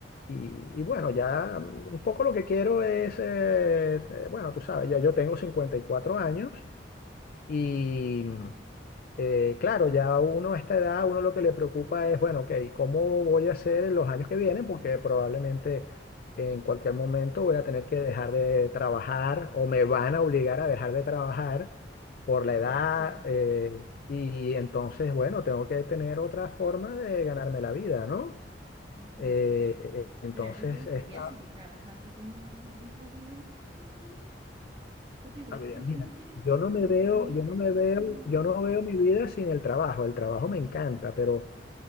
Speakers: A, on the left (about 55°); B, on the right (about 35°).
A: y, y bueno, ya mm, un poco lo que quiero es, eh, eh, bueno, tú sabes, ya yo tengo 54 años y eh, claro, ya uno a esta edad, uno lo que le preocupa es, bueno, ok, ¿cómo voy a hacer en los años que vienen? Porque probablemente en cualquier momento voy a tener que dejar de trabajar o me van a obligar a dejar de trabajar por la edad.
B: Claro.
A: eh, y entonces, bueno, tengo que tener otra forma de ganarme la vida, ¿no?
B: ujú,
A: Eh,
B: ujú.
A: eh, entonces,
B: Pero a ti te gustaría
A: esta,
B: seguir trabajando como después de la edad de jubilación? Porque igual
A: a ver,
B: entiendo
A: mira,
B: que
A: yo no me
B: lo
A: veo,
B: permiten
A: yo no me veo,
B: solo...
A: yo no veo mi vida sin el trabajo. El trabajo me encanta, pero...